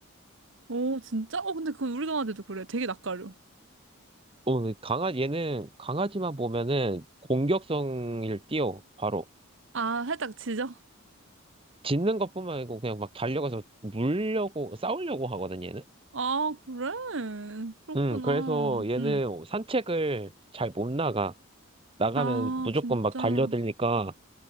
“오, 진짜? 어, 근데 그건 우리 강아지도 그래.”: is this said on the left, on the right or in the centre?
Right